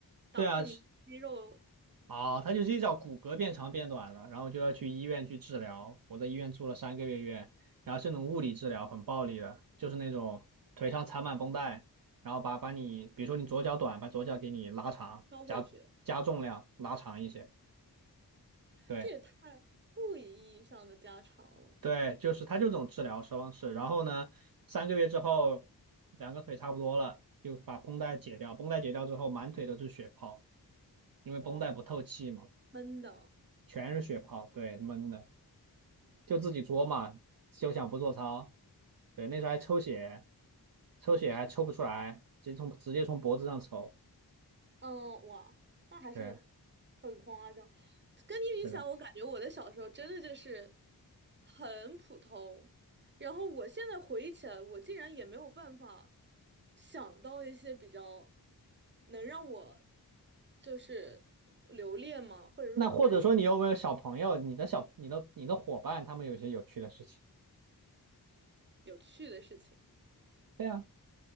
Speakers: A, on the right (about 25°); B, on the right (about 60°).
A: 导致你肌肉
B: 对啊，是啊，他就是一脚骨骼变长变短了，然后就要去医院去治疗。我在医院住了三个月院，然后是那种物理治疗，很暴力的，就是那种腿上缠满绷带，然后把把你，比如说你左脚短，把左脚给你拉长，
A: 收回去，
B: 加加重量拉长一些。对，
A: 这也太物理意义上的加长了，
B: 对，就是他就这种治疗方式。然后呢，三个月之后，两个腿差不多了，就把绷带解掉。绷带解掉之后，满腿都是血泡，因为绷带不透气嘛，
A: 哇，闷的。
B: 全是血泡。对，闷的，就自己作嘛，休想不做操。对，那时候还抽血，抽血还抽不出来，直接从直接从脖子上抽。
A: 嗯，哇，那还是
B: 对，
A: 很夸张。跟你比起来，
B: 是的。
A: 我感觉我的小时候真的就是很普通。然后我现在回忆起来，我竟然也没有办法想到一些比较能让我就是留恋嘛，或者说无论是
B: 那或者说你有没有小朋友，你的小你的你的伙伴，他们有些有趣的事情？
A: 有趣的事情，
B: 对呀。